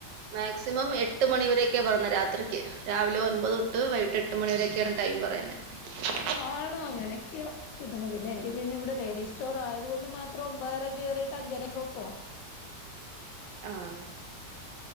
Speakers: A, on the right; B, on the left.
A: മാക്സിമം എട്ട് മണിവരൊക്കെയാണ് പറഞ്ഞത് രാത്രിക്ക്. രാവിലെ ഒൻപതൊെട്ട് വൈകിട്ട് എട്ട് മണിവ വരൊയൊക്കെയാണ് ടൈം പറയുന്നേ ഉം
B: ആണ് അങ്ങനെയൊക്കെയ കിട്ടുന്നത് പിന്നെ എനിക്ക് പിന്നെ ഇവിടെ ലേഡീസ് സ്റ്റോർ ആയതു കൊണ്ട് മാ ഒമ്പതരരെ കേറീട്ട് അഞ്ചരെ പോവും
A: ആഹ്